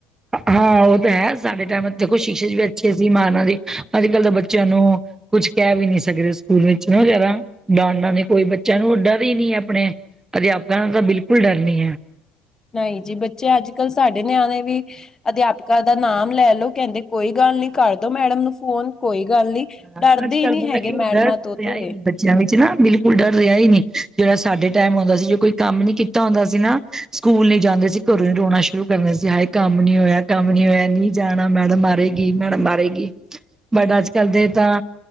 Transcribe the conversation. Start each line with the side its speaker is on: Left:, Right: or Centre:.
Right: ਹਾਂ ਉਹ ਤਾਂ ਹੈ, ਸਾਡੇ ਟਾਈਮ ਦੇਖੋ ਸ਼ਿਕਸ਼ੇ ਵੀ ਅੱਛੇ ਸੀ, ਮਾਰਨਾ ਤੇ, ਅੱਜ-ਕੱਲ ਤਾ ਬੱਚਿਆਂ ਨੂੰ ਕੁਛ ਕਹਿ ਵੀ ਨਹੀਂ ਸਕਦੇ ਸਕੂਲ ਵਿੱਚ ਜਰਾ, ਡਾਂਟਣਾ ਨੀ ਕੋਈ ਬੱਚਿਆਂ ਨੂੰ, ਡਰ ਈ ਨਹੀਂ ਅਪਣੇ ਅਧਿਆਪਕਾਂ ਦਾ ਤਾਂ ਬਿਲਕੁਲ ਡਰ ਨੀ ਐ।
Left: ਨਹੀਂ ਜੀ, ਬੱਚੇ ਅੱਜ-ਕੱਲ ਸਾਡੇ ਨਿਆਣੇ ਵੀ ਅਧਿਆਪਕਾ ਦਾ ਨਾਮ ਲੈਲੋ, ਕਹਿੰਦੇ ਕੋਈ ਗੱਲ ਨੀ ਕਰਦੋ ਮੈਡਮ ਨੂੰ ਫੋਨ, ਕੋਈ ਗੱਲ ਨੀ।
Right: ਹਾਂ,
Left: ਡਰਦੇ
Right: ਅੱਜ ਕੱਲ
Left: ਈ ਨਹੀਂ
Right: ਬੜਾ
Left: ਹੈਗੇ,
Right: ਕਿ
Left: ਮੈਡਮਾਂ
Right: ਡਰ
Left: ਤੋਂ
Right: ਰਿਹਾ
Left: ਤੇ।
Right: ਹੀ ਨਹੀਂ ਬੱਚਿਆਂ ਵਿੱਚ ਨਾ, ਬਿਲਕੁਲ ਡਰ ਰਿਹਾ ਈ ਨਹੀਂ, ਜਿਹੜਾ ਸਾਡੇ ਟਾਈਮ ਹੋਂਦਾ ਸੀ, ਜੋ ਕੋਈ ਕੰਮ ਨੀ ਕੀਤਾ ਹੁੰਦਾ ਸੀ ਨਾ ਸਕੂਲ ਨੀ ਜਾਂਦੇ ਸੀ, ਘਰੋਂ ਈ ਰੋਣਾ ਸ਼ੁਰੂ ਕਰ ਦਿੰਦੇ ਸੀ, ਹਾਏ ਕੰਮ ਨੀ ਹੋਇਆ, ਕੰਮ ਨੀ ਹੋਇਆ ਨੀ। ਜਾਣਾ, ਮੈਡਮ ਮਾਰੇਗੀ, ਮੈਡਮ ਮਾਰੇਗੀ, ਬਟ ਅੱਜ-ਕੱਲ ਦੇ ਤਾਂ